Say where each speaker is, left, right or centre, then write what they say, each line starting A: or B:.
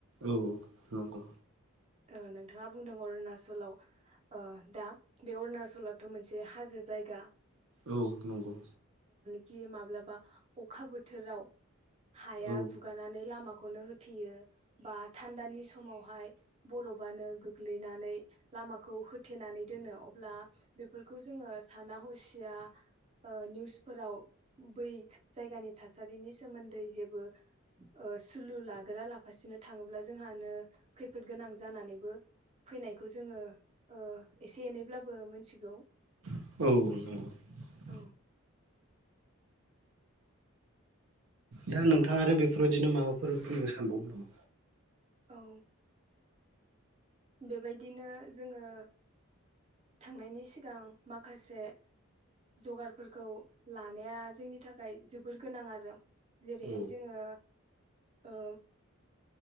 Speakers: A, on the right (about 65°); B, on the right (about 30°).
A: औ नंगौ
B: ओ नोंथाङा बुंदों अरुणाचलाव ओ दा बे अरुणचलथ' मोनसे हाजो जायगा
A: औ नंगौ
B: खि माब्लाबा अखा बोथोराव हाया
A: औ
B: गुगारानानै लामाखौ नो होथेयो बा थान्दानि समावहाय बरफनो गोग्लैनानै लामाखौ होथेनानै दोनो अब्ला बेफोरखौ जोङो साना हसिया ओ निउसफोराव बै जायगानि थासारिनि सोमोन्दै जेबो ओ सुलु लागोरा लाफासिनो थाङोब्ला जोंहानो खैफोद गोनां जानानैबो फैनायखौ जोङो ओ एसे एनैब्लाबो मोनथिगौ
A: औ
B: औ
A: दा नोंथाङा आरो बेफोरबायदिनो माबाफोर बुंनो सानबावो नामा?
B: औ बेबायदिनो जोङो। थांनायनि सिगां माखासे जगारफोरखौ लानाया जोंनि थाखाय जोबोर गोनां आरो जेरैहाय
A: औ
B: जोङो ओ